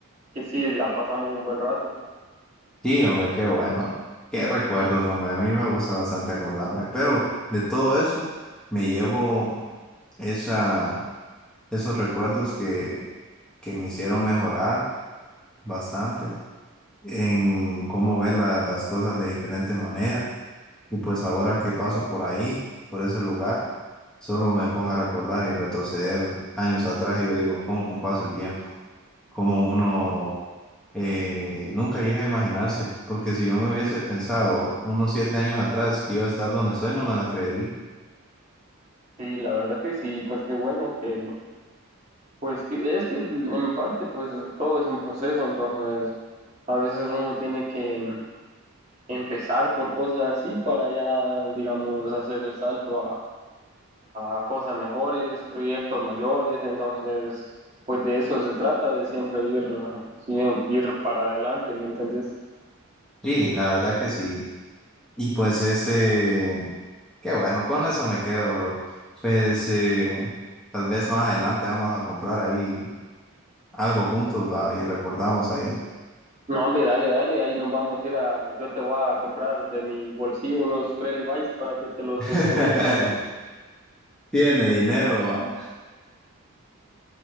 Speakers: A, on the right; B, in the centre.
A: que sí, la pasamos un buen rato.
B: Sí, hombre, qué bueno. Qué recuerdos, hombre. A mí me gusta bastante acordarme. Pero de todo eso me llevo esa, esos recuerdos que, que me hicieron mejorar bastante en cómo ver la- las cosas de diferente manera. Y pues ahora que paso por ahí, por ese lugar, solo me pongo a recordar y retroceder años atrás y yo digo, ¿cómo pasa el tiempo? Cómo uno eh, nunca llega a imaginarse, porque si yo me hubiese pensado unos siete años atrás que iba a estar donde estoy, no me la creería.
A: Sí, la verdad que sí, pues qué bueno que, pues que, es que en parte, pues todo es un proceso, entonces a veces uno tiene que empezar por cosas así para ya, digamos, hacer el salto a, a cosas mejores, proyectos mayores, entonces, pues de eso se trata, de siempre ir, siempre ir para adelante, ¿me entendés?
B: sí la verdad que sí. Y pues ese, qué bueno, con eso me quedo, bro. Pues eh, tal vez más adelante vamos a comprar ahí algo juntos, va, y recordamos ahí.
A: No, hombre, dale, dale, ahí nos vamos a ir a, yo te voy a comprar de mi bolsillo unos tres Levi's para que te los
B: <laughs>
A: estrenes.
B: Tiene dinero, va,